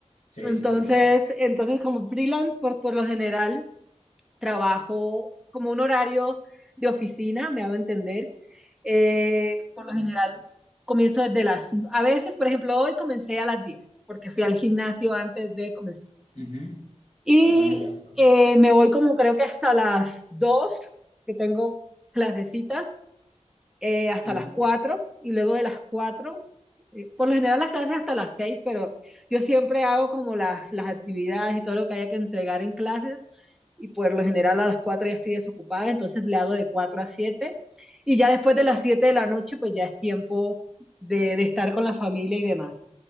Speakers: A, on the left (about 70°); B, in the centre.
A: sí,
B: Entonces,
A: sí, sí, total.
B: entonces como freelance, por, por lo general, trabajo como un horario de oficina, me hago entender. Eh, por lo general, comienzo desde las... A veces, por ejemplo, hoy comencé a las 10 porque fui al gimnasio antes de, comen-
A: Ujú.
B: Y
A: Totalmente de acuerdo.
B: eh, me voy como creo que hasta las 2 que tengo clasecitas, eh, hasta
A: Ujú.
B: las cuatro y luego de las 4 eh, por lo general las clases hasta las seis pero yo siempre hago como las, las actividades y todo lo que haya que entregar en clases y por lo general a las 4 ya estoy desocupada, entonces le hago de cuatro a siete y ya después de las 7 de la noche pues ya es tiempo de, de estar con la familia y demás.